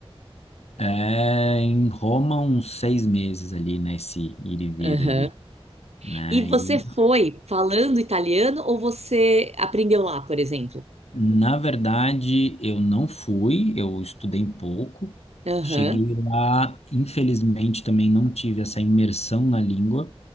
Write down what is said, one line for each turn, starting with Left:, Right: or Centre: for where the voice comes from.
Left: É, em Roma, uns seis meses ali, nesse ir e vir
Right: Aham.
Left: ali, né?
Right: E você
Left: E,
Right: foi falando italiano ou você aprendeu lá, por exemplo?
Left: na verdade, eu não fui, eu estudei pouco.
Right: Aham.
Left: Cheguei lá, infelizmente, também não tive essa imersão na língua,